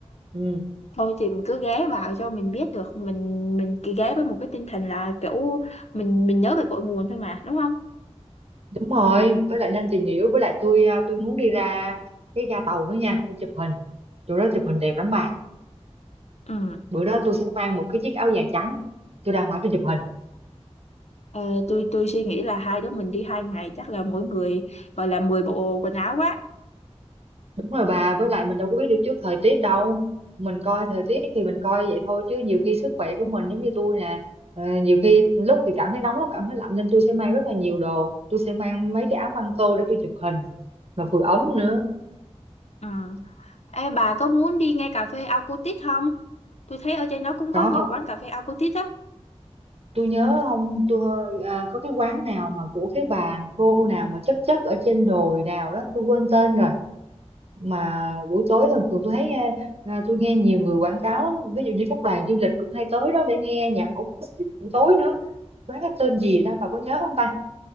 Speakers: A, on the right (about 60°); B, on the left (about 65°).
A: ừ.
B: thôi thì mình cứ ghé vào cho mình biết được mình mình cứ ghé với một cái tinh thần là kiểu mình mình nhớ về cội nguồn thôi mà đúng không
A: đúng rồi với lại nên tìm hiểu với lại tôi à, tôi muốn đi ra cái ga tàu nữa nha để chụp hình chỗ đó chụp hình đẹp lắm bà
B: ừ
A: bữa đó tôi sẽ mang một cái chiếc áo dài trắng tôi ra ngoài tôi chụp hình
B: Ờ, tôi tôi suy nghĩ là hai đứa mình đi hai ngày chắc là mỗi người gọi là 10 bộ quần áo quá
A: Đúng rồi bà, với lại mình đâu có biết được trước thời tiết đâu. Mình coi thời tiết thì mình coi vậy thôi chứ nhiều khi sức khỏe của mình giống như tôi nè, ờ, nhiều khi lúc thì cảm thấy nóng lúc cảm thấy lạnh nên tôi sẽ mang rất là nhiều đồ, tôi sẽ mang mấy cái áo băng tô để tôi chụp hình mà vừa ấm nữa.
B: ừ Ê, bà có muốn đi ngay cà phê Alcotit không tôi thấy ở trên đó cũng có
A: Có,
B: nhiều quán cà phê Alcotit á
A: tôi nhớ không, tôi hơi- à, có cái quán nào mà của cái bà cô nào mà chấp chấp ở trên đồi nào đó, tôi quên tên rồi mà buổi tối thường thường tôi thấy à, à, tôi nghe nhiều người quảng cáo á, ví dụ như các đoàn du lịch cũng hay tới đó để nghe nhạc acoustic buổi tối nữa quán cái tên gì ta bà có nhớ không ta